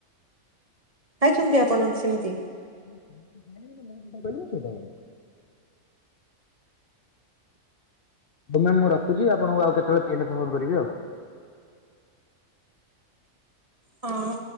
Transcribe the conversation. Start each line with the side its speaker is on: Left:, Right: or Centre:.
Right: ଖାଇଛନ୍ତି ଆପଣ ସେମିତି।
Left: <unintelligible> ହ ମ୍ୟାମ ମୁଁ ରଖୁଚି ଆପଣଙ୍କୁ ଆଉ କେତେବେଳେ ଫେରିଲେ ଫୋନ କରିବି ଆଉ।
Right: ହଁ।